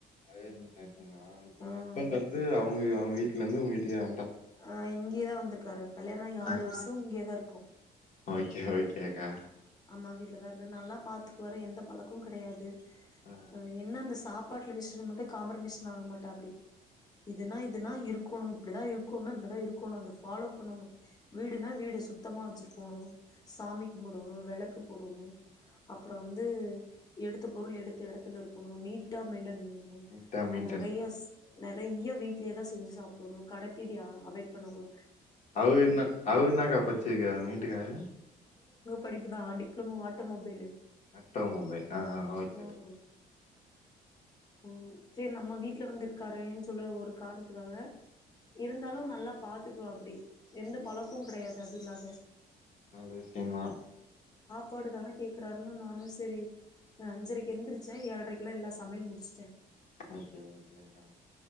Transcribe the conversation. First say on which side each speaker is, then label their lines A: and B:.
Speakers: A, on the left; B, on the left.
A: அரேஞ்ச் மேரேஜ்ங்களா இப்ப உங்க
B: ஆ
A: ஹஸ்பண்ட் வந்து அவங்க அவங்க வீட்ல இருந்து உங்க வீட் தியா
B: அ இங்கயேதா வந்திருக்காரு கல்யாண ஆகி
A: ஆ
B: ஆறு வருஷோ இங்கேயேதா இருக்கோ
A: ஓகே ஓகேக்கா
B: அம்மா வீட்லதா இருக்க நல்லா பாத்துக்குவாரு எந்த பழக்கமு கடையாது
A: ஆ
B: அ என்ன அந்த சா பாட்டுல வீசுற மட்டு காம்ப்ரமிஷன் ஆகமாட்டாப்டி இதுனா இதுனா இருக்கோணு இப்டிதா இருக்கோணுனா இப்டிதா இருக்கோணு அந்த ஃபாலோப் பண்ணோணு வீடுனா வீடு சுத்தமா வச்சுருக்கோணு சாமி கும்புடு வெளக்கு போடோணு அப்பறோ வந்து எடுத்த பொருள் எடுத்த எடத்துல இருக்கணு நீட்டா மெயின்டன் பண்ணு
A: நீட்டா மெயின்டன்
B: நெறைய நெறைய வீடலயேதா செஞ்சு சாப்டோணு கடத்தீனி அ அவாய்ட் பண்ணனு
A: அவுர் இன்னா அவுர் இன்னாக்கா படிச்சிருக்காரு உங்க வீட்டுக்காரு
B: படிப்புதா டிப்ளமோ ஆட்டோமொபைலு
A: ஆட்டோமொபைல் ஆ ஆ ஓகே
B: ம்
A: ஓகே
B: ம் சேரி நம்ம வீட்ல வந்து இருக்காறேன் சொல்லி ஒரு கார்ணத்துக்காக இருந்தாலு நல்லா பாத்துக்வாப்டி எந்த பழக்கு கெடையாது அதுல்லாத
A: நல்ல விஷ்யம்மா
B: பாடு தான கேக்கறாருன்னு நானு செரி அஞ்சரைக்கு எந்திரிச்ச ஏழ்ரைக்குலா எல்லா சமையல் முடிச் சுட்ட
A: ஒகே ஒகேக்கா